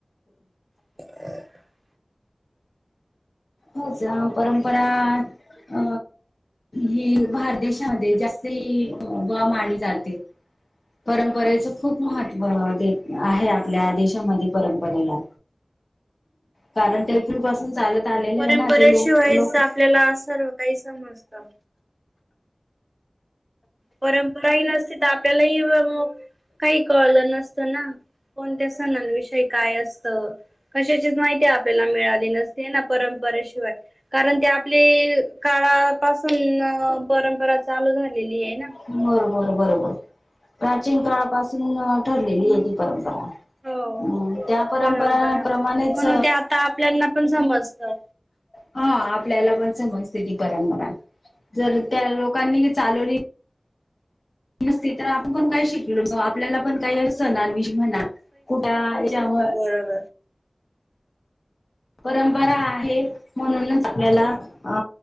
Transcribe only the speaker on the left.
हो परंपरा अ ही भारत देशामध्ये जास्त ही बा मानली जाते परंपरेचं खूप महत्त्व दे आहे आपल्या देशामध्ये परंपरेला कारण ते पूल पासून चालत आलेलं
आहे ना ते लोक लोक
बरोबर बरोबर प्राचीन काळापासून ठरलेली
आहे ती परंपरा
हम् त्या परंपराप्रमाणेच
हा आपल्याला पण समजस्थिती परंपरा जर त्या लोकांनी चालवली नसते तर आपण पण काय शिकलो आपल्याला पण काय अस सण म्हणा कुठच्यामुळे
परंपरा आहे म्हणूनच आपल्याला अ